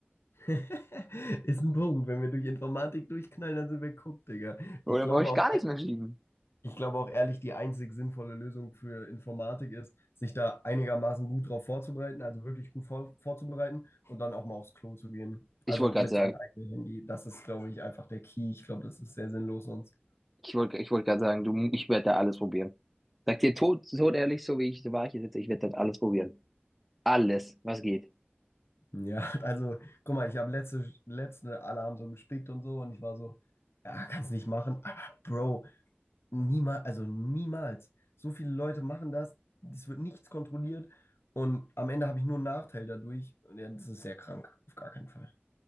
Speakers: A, on the left (about 80°); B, in the centre.
A: <laughs> Ist ein Punkt. Wenn wir durch Informatik durchknallen, dann sind wir geguckt, Digga.
B: Oder
A: Ich glaube
B: brauche ich
A: auch,
B: gar nichts mehr schieben?
A: Ich glaube auch ehrlich, die einzig sinnvolle Lösung für Informatik ist, sich da einigermaßen gut drauf vorzubereiten, also wirklich gut vor, vorzubereiten und dann auch mal aufs Klo zu gehen.
B: Ich
A: Also
B: wollte
A: mit
B: gerade sagen,
A: seinem eigenen Handy. Das ist, glaube ich, einfach der Key. Ich glaube, das ist sehr sinnlos sonst.
B: ich wollte, ich wollte gerade sagen, du, ich werde da alles probieren. Sag dir tot, tot ehrlich, so wie ich, so war ich hier sitze, ich werde das alles probieren. Alles, was geht.
A: Ja, <laughs> also guck mal, ich habe letzte, letzte, alle haben so gespickt und so und ich war so, ja, kannst nicht machen. Aber Bro, niemals, also niemals. So viele Leute machen das, es wird nichts kontrolliert und am Ende habe ich nur einen Nachteil dadurch. Und Ja, das ist sehr krank, auf gar keinen Fall.